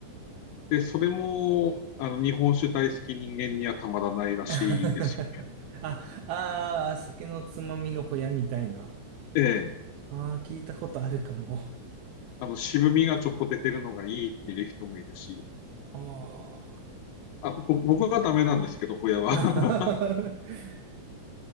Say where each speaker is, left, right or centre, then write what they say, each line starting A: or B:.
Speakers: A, on the left (about 80°); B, on the right (about 75°).
A: で、それも、あの、日本酒大好き人間にはたまらないらしいですよ。
B: <laughs> あ、ああ、酒のつまみのホヤみたいな。
A: ええ。
B: ああ、聞いたことあるかも。
A: あの、渋みがちょっと出てるのがいいっていう人もいるし、
B: あ
A: あ、ぼ僕はダメなんですけど、ホヤは。
B: あ。
A: <laughs>
B: <laughs>